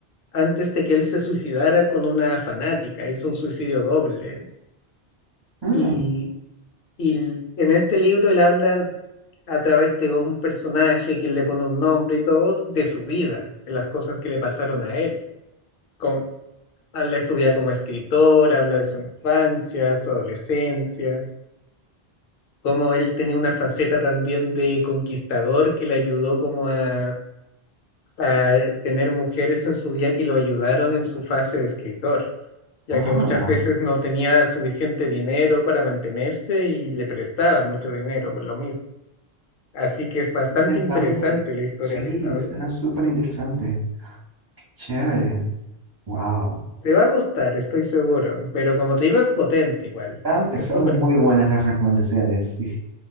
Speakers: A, on the left; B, on the right.
A: antes de que él se suicidara con una fanática, hizo un suicidio doble.
B: Mm,
A: Y, y l- en este libro él habla a través de un personaje que le pone un nombre y todo, de su vida, de las cosas que le pasaron a él. Con, habla de su vida como escritor, habla de su infancia, su adolescencia como él tenía una faceta también de conquistador que le ayudó como a, a tener mujeres en su vida que lo ayudaron en su fase de escritor, ya
B: ah,
A: que muchas veces no tenía suficiente dinero para mantenerse y le prestaban mucho dinero por lo mismo. Así que es bastante
B: interesante.
A: interesante la historia
B: Sí,
A: de él, la verdad.
B: suena súper interesante. Chévere. Wow.
A: Te va a gustar, estoy seguro, pero como te digo, es potente igual,
B: Están,
A: es
B: son
A: súper
B: muy
A: potente.
B: buenas las recomendaciones. Sí.